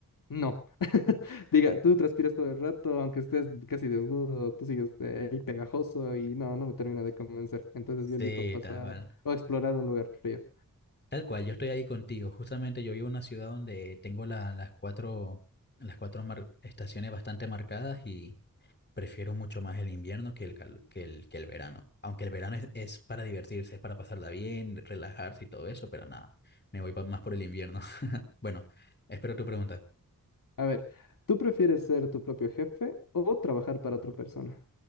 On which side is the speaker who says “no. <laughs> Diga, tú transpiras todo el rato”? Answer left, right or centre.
Left